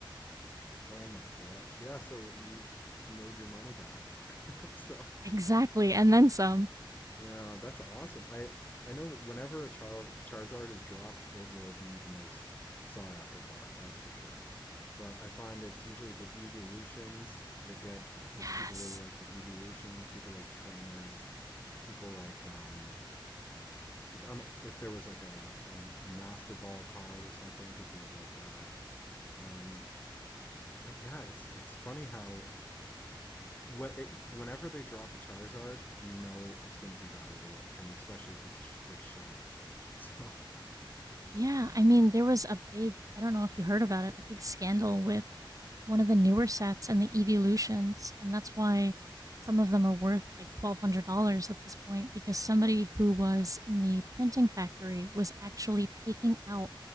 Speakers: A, on the left; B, on the right.
A: Oh my gosh. Yeah, so you made your money back. <laughs> So
B: Exactly, and then some.
A: Yeah, that's awesome. I I know whenever a Charles Charizard is dropped, it will be the most sought after card, that's for sure. But I find it's usually the evolutions that get like
B: Yes.
A: people really like the evolutions, people like trainers, people like um like um if there was like a um, a Master Ball card or something, people would like that. Um but yeah, it's it's funny how When, whenever they drop a Charizard, you know it's going to be valuable, and especially if it's sh- like shiny. <laughs> So,
B: Yeah, I mean, there was a big, I don't know if you heard about it, a big scandal with one of the newer sets and the Evolutions, and that's why some of them are worth like $1,200 at this point because somebody who was in the printing factory was actually taking out